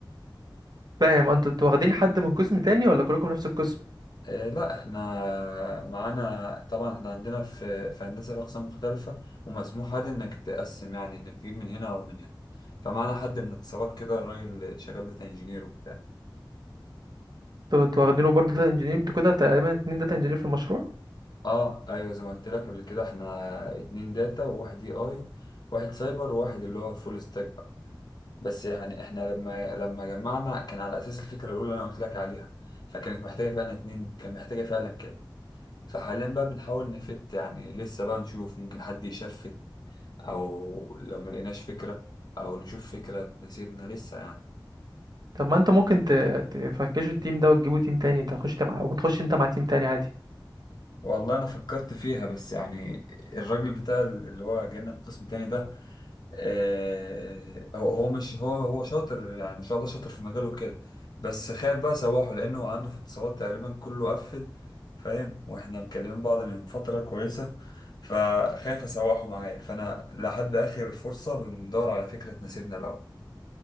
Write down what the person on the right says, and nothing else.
فاهم انتوا انتوا واخدين حد من قسم تاني ولا كلكم نفس القسم
انتوا انتوا واخدينه برضه داتا انجينير انتوا كده تقريبا اتنين داتا انجينير في المشروع
طب ما انت ممكن ت- تفكشوا التيم ده وتجيبوا تيم تاني انت هتخش مع وتخش انت مع تيم تاني عادي